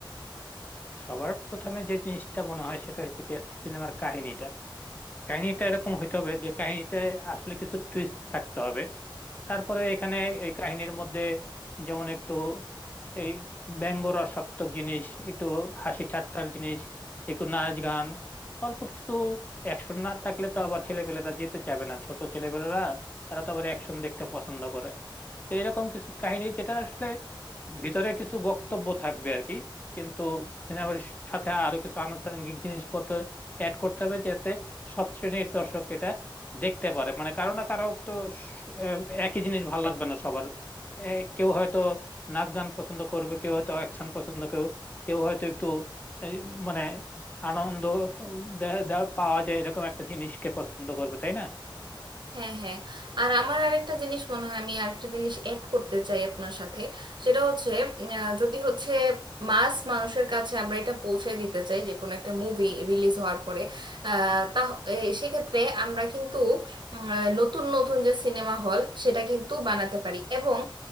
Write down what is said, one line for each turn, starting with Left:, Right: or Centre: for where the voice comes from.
Left: সবার প্রথমে যে জিনিসটা মনে হয় সেটা হচ্ছে গিয়ে সিনেমার কাহিনীটা কাহিনীটা এরকম হইতে হবে যে কাহিনীতে আসলে কিছু টুইস্ট থাকতে হবে তারপরে এখানে এই কাহিনীর মধ্যে যেমন একটু এই ব্যঙ্গ রসাত্মক জিনিস একটু হাসি ঠাট্টার জিনিস একটু নাচ গান অল্প কিছু অ্যাকশন না থাকলে তো আবার ছেলেপেলেরা যেতে চাবে না ছোট ছেলেপেলেরা তারা তো আবার অ্যাকশন দেখতে পছন্দ করে তো এরকম কিছু কাহিনী যেটা আসলে ভিতরে কিছু বক্তব্য থাকবে আর কি কিন্তু সিনেমার সাথে আরো কিছু আনুষঙ্গিক জিনিসপত্র অ্যাড করতে হবে যাতে সব শ্রেণীর দর্শক এটা দেখতে পারে মানে কারো না কারো তো স- আহ, একই জিনিস ভালো লাগবে না সবার এ, কেউ হয়তো নাচ গান পছন্দ করবে কেউ হয়তো অ্যাকশন পছন্দ কেউ কেউ হয়তো একটু এই, মানে আনন্দ দে- দে- পাওয়া যায় এরকম একটা জিনিসকে পছন্দ করবে তাই না
Right: হ্যাঁ হ্যাঁ আর আমার আরেকটা জিনিস মনে হয় আমি আরেকটা জিনিস অ্যাড করতে চাই আপনার সাথে সেটা হচ্ছে আহ, যদি হচ্ছে মাস মানুষের কাছে আমরা এটা পৌঁছে দিতে চাই যে কোনো একটা মুভি রিলিজ হওয়ার পরে আহ, তা এ, সেক্ষেত্রে আমরা কিন্তু উম, আহ, নতুন নতুন যে সিনেমা হল সেটা কিন্তু বানাতে পারি এবং